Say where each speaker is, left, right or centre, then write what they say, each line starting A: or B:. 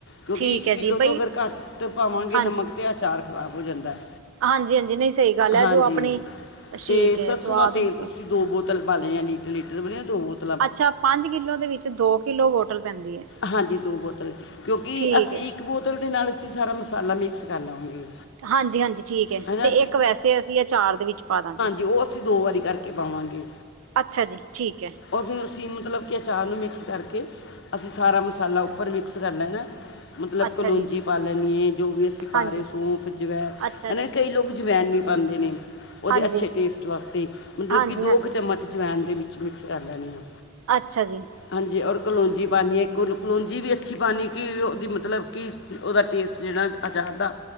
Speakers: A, on the left; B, on the right.
A: ਕਿਉਂਕਿ
B: ਠੀਕ
A: ਇੱਕ
B: ਹੈ
A: ਕਿੱਲੋ
B: ਜੀ
A: ਤੋਂ
B: ਬਈ
A: ਅਗਰ ਘੱਟ ਪਾਵਾਂਗੇ
B: ਹਾਂਜੀ
A: ਨਮਕ ਤੇ ਆਚਾਰ ਖਰਾਬ ਹੋ ਜਾਂਦਾ ਹੈ
B: ਹਾਂਜੀ ਹਾਂਜੀ ਨਹੀਂ ਸਹੀ ਗੱਲ ਹੈ
A: ਹਾਂਜੀ
B: ਜੋ ਆਪਣੀ ਠੀਕ
A: ਤੇ
B: ਹੈ
A: ਸਰਸੋਂ
B: ਸਵਾਦ
A: ਦਾ ਤੇਲ
B: ਅਨੁਸਾਰ
A: ਤੁਸੀਂ ਦੋ ਬੋਤਲ ਪਾ ਲਏ ਜਾਂ ਲੀਟਰ ਲੀਟਰ ਬਣੇ ਦੋ ਬੋਤਲ
B: ਅੱਛਾ ਪੰਜ ਕਿੱਲੋ ਦੇ ਵਿੱਚ ਦੋ ਕਿੱਲੋ ਬੋਟਲ ਪੈਂਦੀ ਹੈ
A: ਹਾਂਜੀ ਦੋ ਬੋਤਲ ਕਿਉਂਕਿ
B: ਠੀਕ
A: ਅਸੀਂ
B: ਹੈ
A: ਇੱਕ ਬੋਤਲ ਦੇ ਨਾਲ ਅਸੀਂ ਸਾਰਾ ਮਸਾਲਾ ਮਿਕਸ ਕਰ ਲਵਾਂਗੇ
B: ਹਾਂਜੀ ਹਾਂਜੀ ਠੀਕ ਹੈ
A: ਹਨਾ
B: ਤੇ ਇੱਕ ਵੈਸੇ ਅਸੀਂ ਇਹ ਅਚਾਰ ਦੇ ਵਿੱਚ ਪਾ ਦਾਂਗੇ
A: ਤੇ ਉਹ ਅਸੀਂ ਦੋ ਵਾਰੀ ਕਰਕੇ ਪਾਵਾਂਗੇ
B: ਅੱਛਾ ਜੀ ਠੀਕ ਹੈ
A: ਉਹ ਦਿਨ ਅਸੀਂ ਮਤਲਬ ਕਿ ਅਚਾਰ ਨੂੰ ਮਿਕਸ ਕਰਕੇ ਅਸੀਂ ਸਾਰਾ ਮਸਾਲਾ ਉੱਪਰ ਮਿਕਸ ਕਰ ਲੈਣਾ ਮਤਲਬ
B: ਅੱਛਾ
A: ਕਲੋਂਜੀ
B: ਜੀ
A: ਪਾ ਲੈਣੀਏ ਜੋ ਵੀ ਅਸੀਂ ਪਾ
B: ਹਾਂਜੀ
A: ਰਹੇ ਸੌਂਫ ਜ ਵੈ
B: ਅੱਛਾ
A: ਹਨਾ
B: ਜੀ
A: ਕਈ ਲੋਕ ਜਵੈਨ ਵੀ ਪਾਂਦੇ ਨੇ ਉਹਦੇ
B: ਹਾਂਜੀ।
A: ਅੱਛੇ ਟੇਸਟ ਵਾਸਤੇ ਮਤਲਬ
B: ਹਾਂਜੀ-ਹਾਂਜੀ
A: ਕਿ ਦੋ ਕੁ ਚਮਚ ਜਵੈਨ ਦੇ ਵਿੱਚ ਮਿਕਸ ਕਰ ਲੈਣੇ ਆ
B: ਅੱਛਾ ਜੀ
A: ਹਾਂਜੀ ਔਰ ਕਲੋਂਜੀ ਪਾਣੀ ਹੈ ਕੋ ਕਲੋਂਜੀ ਵੀ ਅੱਛੀ ਪਾਣੀ ਕਿ ਉਹਦੀ ਮਤਲਬ ਕਿ ਉਹਦਾ ਟੇਸਟ ਜਿਹੜਾ ਅਚਾਰਦਾ